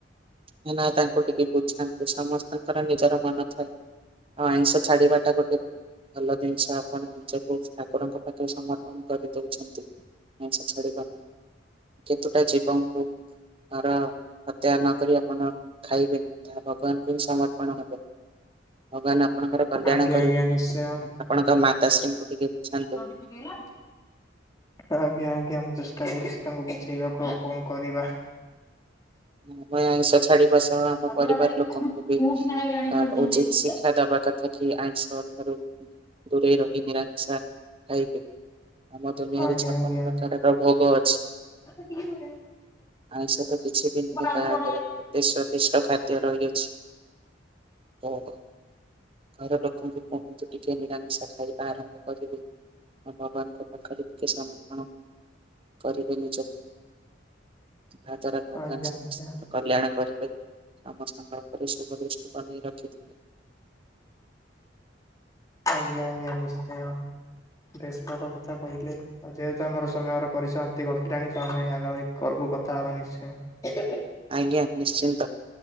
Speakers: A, on the right (about 30°); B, on the left (about 20°).
A: ହେ ନା ତାଙ୍କୁ ଟିକେ ବୁଝାନ୍ତୁ ସମସ୍ତଙ୍କର ନିଜର ମନ ଥାଏ। ଆଉ ଆଇଁଷ ଛାଡିବାଟା ଗୋଟେ ଭଲ ଜିନିଷ ଆପଣ ନିଜକୁ ଠାକୁରଙ୍କ ପାଖରେ ସମର୍ପଣ କରିଦଉଛନ୍ତି। ଆଇଁଷ ଛାଡ଼ିବା ପାଇଁ। କେତୁଟା ଜୀବଙ୍କୁ ନର ହତ୍ୟା ନ କରିବା ଆପଣ ଖାଇବେ ତାହା ଭଗବାନଙ୍କୁ ହିଁ ସମର୍ପଣ ହେବ। ଭଗବାନ ଆପଣଙ୍କର କଲ୍ୟାଣ
B: ଆଜ୍ଞା
A: କରି
B: ଆଜ୍ଞା ନିଶ୍ଚୟ।
A: ଆପଣଙ୍କ ମାତାଶ୍ରୀଙ୍କୁ ଟିକେ ବୁଝାନ୍ତୁ।
B: ଗିଲା ଆଜ୍ଞା ଆଜ୍ଞା ମୁଁ ଚେଷ୍ଟା କରୁଛି ତାଙ୍କୁ ବୁଝେଇବାକୁ ଆଉ କଣ କରିବା।
A: ମୁଁ ଏ ଆଇଁଷ ଛାଡିବା ସହ ମୋ
B: ଆପଣ
A: ପରିବାର
B: ଖାଲି
A: ଲୋକଙ୍କୁ ବି
B: ଫୁ କିନା ହେଇଗଲାଣି
A: ଆ
B: ମେଡିସିନ
A: ଉଚିତ
B: ଦେଇ ଦଉଥିଲେ।
A: ଶିକ୍ଷା ଦବା କ ଥା କି ଆଇଁଷ ଠାରୁ ଦୂରେଇ ରହି ନିରାମିଷା ଖାଇବେ। ଆମ ଦୁନିଆରେ
B: ଆଜ୍ଞା
A: ଛପନ
B: ଆଜ୍ଞା।
A: ପ୍ରକାରର ଭୋଗ ଅଛି।
B: <unintelligible>
A: ଆଇଁଷ ତ କିଛି ବି ନୁହେଁ
B: ଆଜ୍ଞା
A: ତା ଆଗେରେ କେତେ ସ୍ୱାଦିଷ୍ଟ ଖାଦ୍ୟ ରହିଅଛି। ହଉ ରଖ। ଘର ଲୋକଙ୍କୁ କୁହନ୍ତୁ ଟିକେ ନିରାମିଷା ଖାଇବା ଆରମ୍ଭ କରିବେ। ଆଉ ଭଗବାନଙ୍କ ପାଖେରେ ଟିକେ ସମର୍ପଣ କରିବେ ନିଜକୁ। ଯାହା ଦ୍ବାରା
B: ଆଜ୍ଞା
A: ଭଗବାନ ସମସ୍ତଙ୍କର
B: ଆଜ୍ଞା
A: କଲ୍ୟାଣ କରିବେ। ସମସ୍ତଙ୍କ ଉପରେ ଶୁଭ ଦୃଷ୍ଟି ବନେଇ ରଖିଥିବେ।
B: ଆଜ୍ଞା ଆଜ୍ଞା ନିଶ୍ଚୟ। ବେଶ୍ ଭଲ କଥା କହିଲେ। ଆଉ ଯେହେତୁ ଆମର ସମୟର ପରିସମାପ୍ତି ଘଟିଲାଣି ତ ଆମେ ଆଗାମୀ କଲ କୁ କଥା ହବା ନିଶ୍ଚୟ।
A: ଆଜ୍ଞା ନିଶ୍ଚିନ୍ତ୍।